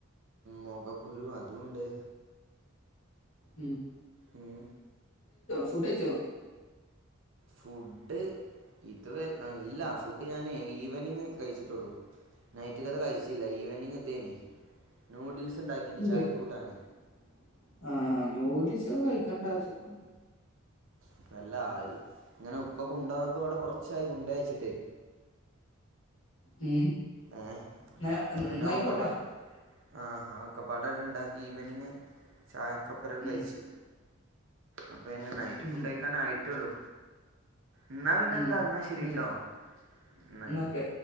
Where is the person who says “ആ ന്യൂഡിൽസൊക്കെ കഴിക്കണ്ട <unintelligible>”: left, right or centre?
Left